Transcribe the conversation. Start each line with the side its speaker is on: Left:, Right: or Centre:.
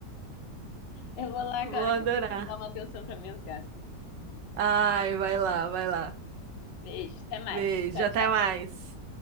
Left: Eu vou lá
Right: Vou
Left: agora
Right: adorar.
Left: que eu preciso dar uma atenção para minhas gatas.
Right: Ai, vai lá, vai lá.
Left: Beijo, até mais.
Right: Beijo,
Left: Tchau,
Right: até
Left: tchau.
Right: mais.